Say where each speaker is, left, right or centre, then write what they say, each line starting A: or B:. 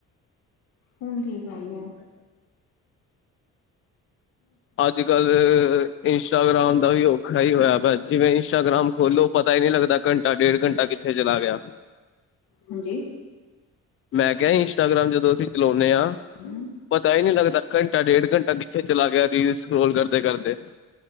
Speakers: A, on the left; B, on the left.
A: ਹੁਣ ਠੀਕ ਆਈ ਐ।
B: ਅੱਜ ਕਲ, ਇੰਸਟਾਗ੍ਰਾਮ ਦਾ ਵੀ ਔਖਾ ਹੀ ਹੋਇਆ ਪਿਆ ਜਿਵੇਂ ਇੰਸਟਾਗ੍ਰਾਮ ਖੋਲੋ ਪਤਾ ਹੀ ਨਹੀਂ ਲੱਗਦਾ ਘੰਟਾ- ਡੇਢ ਘੰਟਾ ਕਿੱਥੇ ਚਲਾ ਗਿਆ।
A: ਹਾਂਜੀ
B: ਮੈਂ ਕਿਹਾ ਸੀ ਇੰਸਟਾਗ੍ਰਾਮ ਜਦੋਂ ਅਸੀਂ ਚਲਾਉਂਨੇ ਆ,
A: ਹਮ
B: ਪਤਾ ਹੀ ਨਹੀਂ ਲੱਗਦਾ ਘੰਟਾ -ਡੇਢ ਘੰਟਾ ਕਿੱਥੇ ਚਲਾ ਗਿਆ, ਰੀਲ ਸਕਰੋਲ ਕਰਦੇ- ਕਰਦੇ।